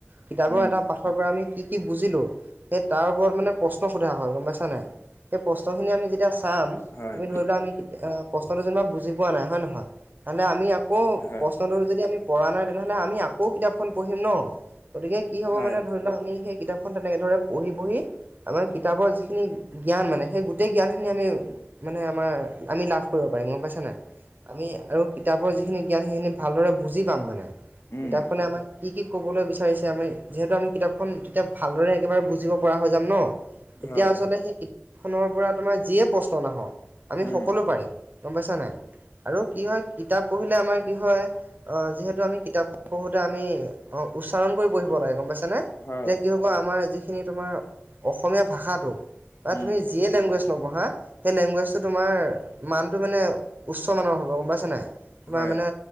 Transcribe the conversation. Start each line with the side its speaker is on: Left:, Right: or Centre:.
Right: কিতাপৰ
Left: উম
Right: এটা আমি কি কি বুজিলো সেই তাৰ ওপৰত মানে প্ৰশ্ন সোধা হয়। গম পাইছানে? সেই প্ৰশ্নখিনি আমি যেতিয়া চাম
Left: হয়
Right: আমি ধৰি লোৱা আমি- এতিয়া অ প্ৰশ্নটো যেনিবা বুজি পোৱা নাই হয় ন নহয় আনতে আমি আকৌ
Left: হয়
Right: প্ৰশ্নটো যদি আমি পৰা নাই তেনেহ'লে আমি আকৌ কিতাপখন পঢ়িম ন। গতিকে কি হ'ব
Left: হয়
Right: মানে ধৰি লওঁ আমি সেই কিতাপ তেনেকে ধৰে পঢ়ি পঢ়ি আমাৰ কিতাপৰ যিখিনি জ্ঞান মানে সেই গোটেই জ্ঞানখিনি আমি- মানে আমাৰ আমি লাভ কৰিব পাৰিম। গম পাইছা? হয় নাই, আমি আৰু কিতাপৰ যিখিনি জ্ঞান সেইখিনি ভালদৰে বুজি পাম মানে।
Left: উম
Right: কিতাপখনে আমাক কি কি ক'বলৈ বিচাৰিছে আমি যিহেতু আমি কিতাপখন তেতিয়া ভালদৰে একেবাৰে বুজিব পৰা হৈ যাম ন। তেতিয়া
Left: হয়
Right: আচলতে
Left: হয়
Right: সেই কিতাপখনৰ পৰা তোমাৰ যিয়ে প্ৰশ্ন নাহক আমি
Left: উম
Right: সকলো পাৰিম। গম পাইছা নাই আৰু কি হয় কিতাপ পঢ়িলে আমাৰ কি হয় অ' যিহেতু আমি কিতাপখন পঢ়োঁতে আমি অ', উচ্চাৰণ কৰি পঢ়িব লাগে গম পাইছা নে?
Left: হয়
Right: যেতিয়া কি আমাৰ যিখিনি তোমাৰ অসমীয়া ভাষাটো বা
Left: উম
Right: তুমি যিয়ে লেংগুৱেজ নপঢ়া সেই লেংগুৱেজটো তোমাৰ মানটো মানে উচ্চমানৰ হ'ব গম পাইছানে নাই তোমাৰ
Left: হয়
Right: মানে